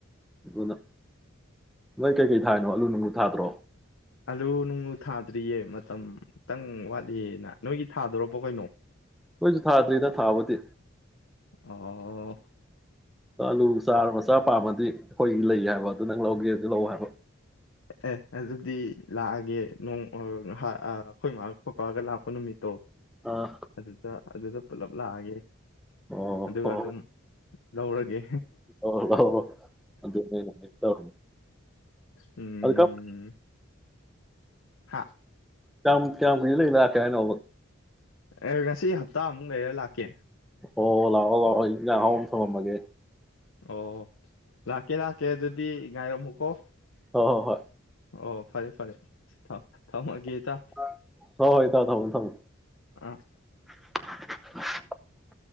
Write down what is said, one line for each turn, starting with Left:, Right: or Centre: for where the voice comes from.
Centre: ꯑꯗꯨꯅ ꯅꯣꯏ ꯀꯩꯀꯩ ꯊꯥꯔꯤꯅꯣ ꯑꯥꯂꯨ ꯅꯨꯡꯂꯨ ꯊꯥꯗ꯭ꯔꯣ
Left: ꯑꯜꯂꯨ ꯅꯨꯡ ꯊꯥꯗ꯭ꯔꯤꯌꯦ ꯃꯇꯝ ꯈꯤꯇꯪ ꯋꯥꯠꯂꯤꯅ ꯅꯣꯏꯒꯤ ꯊꯥꯗꯣꯔꯄꯣ ꯀꯩꯅꯣ
Centre: ꯅꯣꯏꯁꯨ ꯊꯥꯗ꯭ꯔꯤꯗ ꯊꯥꯕꯗꯤ
Left: ꯑꯣ
Centre: ꯆꯂꯨ ꯁꯥꯥ ꯃꯁꯥ ꯄꯥꯕꯗ ꯑꯩꯈꯣꯏꯒꯤ ꯂꯩ ꯍꯥꯏꯕ ꯑꯗꯨ ꯅꯪ ꯂꯧꯒꯦ ꯑꯗꯨ ꯂꯧꯑꯣ ꯍꯥꯏꯕ
Left: ꯑꯦ ꯑꯗꯨꯗꯤ ꯂꯥꯛꯑꯒꯦ ꯅꯣꯡ ꯑꯩꯈꯣꯏ ꯏꯃꯥ ꯄꯄꯥꯒ ꯂꯥꯛꯄ ꯅꯨꯃꯤꯠꯇꯣ
Centre: ꯑꯥ
Left: ꯑꯗꯨꯗ ꯑꯗꯨꯗ ꯄꯨꯂꯞ ꯂꯥꯛꯑꯒꯦ <inaudible>
Centre: ꯑꯣ
Left: ꯑꯗꯨꯒ
Centre: ꯍꯣ ꯍꯣ
Left: ꯑꯗꯨꯝ ꯂꯧꯔꯒꯦ
Centre: ꯂꯧꯔꯣ ꯂꯧꯔꯣ ꯑꯗꯨꯅꯦ ꯑꯩꯅ ꯍꯥꯏꯒꯦ ꯇꯧꯔꯝꯃꯤꯅꯦ
Left: ꯎꯝ
Centre: ꯑꯗꯨ ꯀꯞ
Left: ꯍꯥ
Centre: ꯆꯝ ꯀ ꯂꯩ ꯂꯥꯛ ꯀꯅ
Left: ꯑꯦ, ꯉꯁꯤ ꯍꯞꯇꯥꯃꯨꯛ ꯂꯩꯔ ꯂꯥꯛꯀꯦ
Centre: ꯑꯣ ꯂꯑꯣ ꯂꯥꯎꯑꯣ ꯏꯝ ꯁ ꯃꯃꯦ
Left: ꯑꯣ ꯂꯥꯛꯀꯦ ꯂꯥꯛꯀꯦ ꯑꯗꯨꯗꯤ ꯉꯥꯏꯔꯝꯃꯨꯀꯣ
Centre: ꯍꯣꯏ ꯍꯣꯏ ꯍꯣꯏ
Left: ꯑꯣ ꯐꯔꯦ ꯐꯔꯦ ꯊꯝꯃꯒꯦ ꯏꯇꯥꯎ
Centre: <unintelligible> <inaudible>
Left: ꯑ